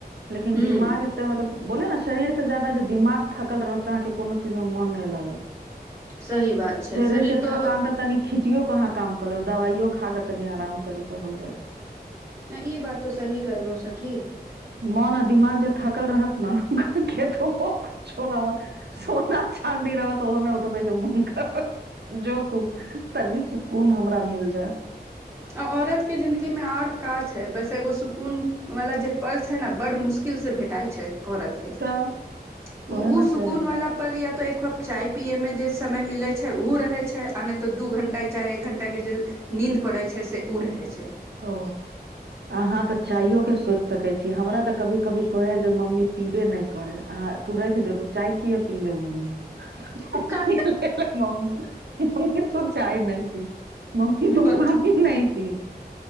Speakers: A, on the right; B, on the right.
A: लेकिन
B: हूं
A: दिमाग त मतलब बोलो ने शरीर से जादा जे दिमाग थकल रहत अहाँके कोनो चीज मे मन नय लागत
B: सही बात छै
A: शरीर के
B: तो
A: थकान त तनिक खिचियो क अहाँ काम क लेब दवाइयो खा क तनि आराम करें क हो जाइ छै
B: न ई बात तो सही कहलो सखी
A: मन आ दिमाग जे थकल रहत ने <unintelligible> <unintelligible> कुछोन सोना चानदी रह त ओहोने उठ <unintelligible> मोन करत जोतू तनी सुकून हमरा मिल जाय
B: अब औरत के जिन्दगी मे आओर का छै बस एगो सुकून <unintelligible> जे पल छै ने बड मुश्किल से भेटाइ छै औरत ऊ
A: तऽ ओहे
B: ऊ
A: ने
B: सुकून
A: चाही
B: वाला पल या त एक कप चाय पियैमे जे समय मिलै छै ऊ रहै छै आ नय त दू घण्टा चाहे एक घण्टाके जे नीन्द पड़ै छै से ऊ रहै छै
A: ओ अहाँ त चाइयो के सोइच सकैत छी हमरा त कभी कभी कहय जे मम्मी पीबे नय करय आहाँ तू राइख दे तू चाय किए पीले मम्मी <unintelligible>
B: का
A: मम्मी <unintelligible> चाय नहि पी मम्मी तु
B: बत
A: पानी नय पी